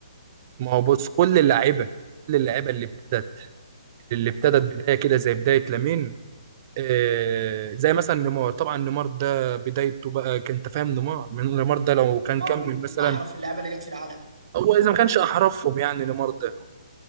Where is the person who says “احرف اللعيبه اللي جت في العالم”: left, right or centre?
Right